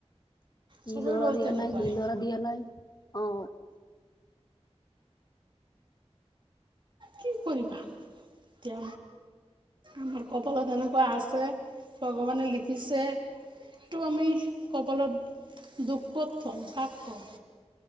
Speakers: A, on the left (about 40°); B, on the right (about 45°).
A: সি
B: চবেই
A: ল'ৰা
B: বাৰু
A: দিয়া
B: তেনেকুৱাই
A: নাই সি ল'ৰা দিয়া নাই অ
B: কি কৰিবা এতিয়া আমাৰ কপালত এনেকুৱা আছে ভগৱানে লিখিছে টো আমি কপালত দুখ পত থম ভাক কম